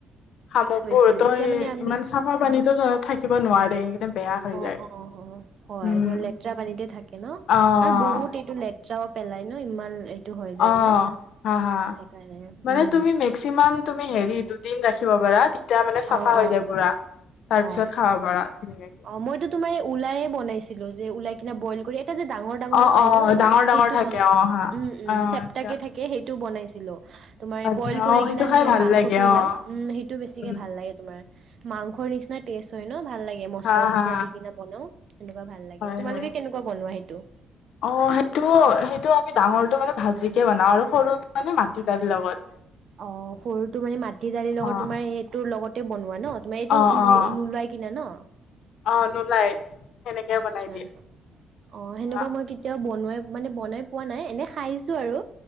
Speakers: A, on the left; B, on the right.
A: শামুকবোৰ
B: হৈছিল
A: তই
B: তেতিয়া মানে আমি
A: ইমান চাফা পানীতো থাকিব নোৱাৰে সেইকাৰণে বেয়া হৈ যায়
B: অ অ হয়
A: উম,
B: তোমাৰ লেতেৰা পানীতে থাকে ন
A: অ',
B: আৰু
A: অ',
B: বহুত এইটো লেতেৰাও পেলাই ন ইমান এ টো হৈ যায়
A: অ',
B: যে
A: হা হা
B: সেইকাৰণে
A: মানে
B: উম
A: তুমি মেক্সিমাম তুমি হেৰি দুদিন ৰাখিব পাৰা তে তিয়া মানে চাফা
B: অ
A: হৈ
B: অ
A: যায় পুৰা তাৰ
B: অ
A: পিছত খাব পাৰা ধুনীয়াকে
B: অ মইতো তোমাৰ এই ওলাইয়ে বনাইছিলো যে ওলাই কিনে বইল কৰি এ যে ডাঙৰ ডাঙৰ
A: অ',
B: পাই
A: অ',
B: ন তোমাৰ
A: ডাঙৰ ডাঙৰ
B: সেইটো
A: থাকে
B: বনাইছো
A: অ', হা
B: উম উম
A: অ',
B: চেপটাকে
A: আচ্ছা।
B: থাকে সেইটোও বনাইছিলো তোমাৰ এই
A: আচ্ছা
B: বইল কৰি
A: অ', সেইটো
B: কিনে
A: খাই
B: সেই
A: ভাল
B: মাংসটো
A: লাগে
B: ওলাই
A: অ',
B: উম সেইটো বেছি
A: উম,
B: ভাল লাগে তোমাৰ মাংসৰ নিচিনাই টেষ্ট হৈ ন ভাল লা গে মচলা
A: হা
B: চচলা
A: হা
B: দি কিনা বনাও সেনেকুৱা ভাল লাগে
A: হয়
B: তোমালোকে
A: হয়।
B: কেনেকুৱা বনোৱা সেইটো
A: অ সেইটো সেইটো আমি ডাঙৰটো মানে ভাজিকে বনাও আৰু সৰু মানে মাটি দালিৰ লগত
B: অ সৰুটো মানে মাটি দালিৰ লগত
A: অ',
B: তোমাৰ এইটোৰ লগতে বনোৱা ন তোমাৰ এইটোও
A: অ', অ',
B: নোলোৱাই কিনে ন
A: অ নোলাই সেনেকে
B: আচ্ছা
A: বনাই দিয়ে।
B: অ সেনেকুৱা
A: হা
B: মই কি তিয়াও বনোৱাই মানে বনাই পোৱা নাই এনেই খাইছোঁ আৰু